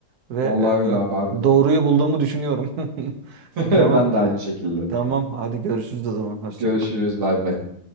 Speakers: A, on the right (about 55°); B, on the right (about 80°).
A: ve
B: Vallahi öyle abi harbiden.
A: e, doğruyu bulduğumu düşünüyorum. <laughs>
B: <laughs>
A: Tamam.
B: Ben de aynı şekilde.
A: Tamam. Hadi görüşürüz o zaman.
B: <laughs>
A: Hoşça
B: Görüşürüz
A: kal.
B: bay bay.